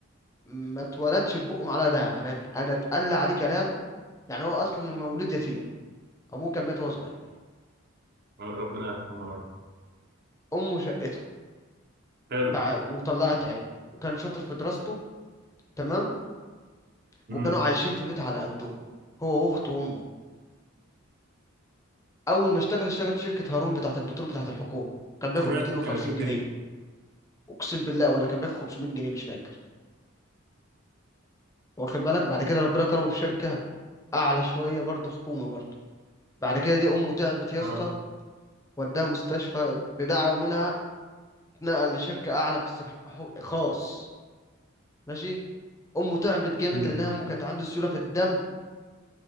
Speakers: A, on the left; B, on the right.
A: ما اتولدش ببقه معلقه دهب انا انا اتقل عليه كلام يعني هو اصلا مولود يتيم ابوه كان مات وهو صغير
B: آه، ربنا يرحمها
A: امه شقته
B: حلو
A: تع- وطلعت عينه وكان شاطر في دراسته تمام وكانوا
B: امم
A: عايشين في بيت على قدهم هو واخته وامه اول ما اشتغل اشتغل في شركه هارون بتاعه البترول بتاعه الحكومه كان بياخد
B: سمعت
A: 250
B: عن الشركه
A: جنيه
B: دي
A: اقسم بالله ولا كان بياخد 500 جنيه مش فاكر واخد بالك بعد كده ربنا كرمه في شركه اعلى شويه برضه حكومه برضه بعد كده دي امه تعبت يا اسطى
B: اه
A: وداها مستشفى بدعوه منها اتنقل لشركه اعلى بس ح- خاص ماشي امه تعبت جامد
B: امم
A: لانها امه كانت عنده سيوله في الدم